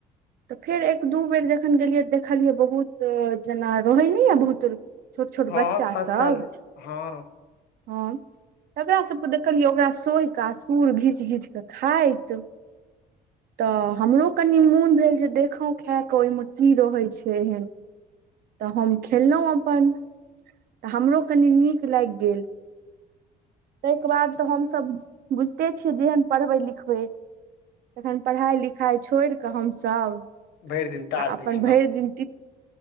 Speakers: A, on the right; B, on the left.
A: तऽ फेर एक दू बेर जखन गेलियै तऽ देखलियै बहुत जेना रहै नय य बहुत छोट - छोट
B: हँ
A: बच्चा
B: खसल
A: सब
B: हँ
A: हँ तऽ ओकरा सभ कऽ देखलियै ओकरा सोहि कऽ आ सुर घीच घीच कऽ खाइत तऽ हमरो कनि मोन भेल जे देखौ खाए कऽ ओहिमे की रहैत छै एहन। तऽ हम खेललहुँ अपन तऽ हमरो कनि नीक लागि गेल। ताहिके बाद तऽ हमस बुझिते छियै जेहन पढ़बै लिखबै। तखन पढ़ाइ लिखाइ छोड़। हमसभ
B: भरि दिन तार
A: आ
B: बिछलहुँ
A: अपन भरि दिन।